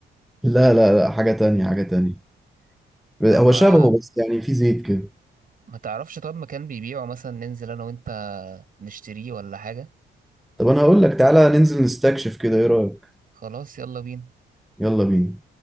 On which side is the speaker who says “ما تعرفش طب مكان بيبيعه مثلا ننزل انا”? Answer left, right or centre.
Right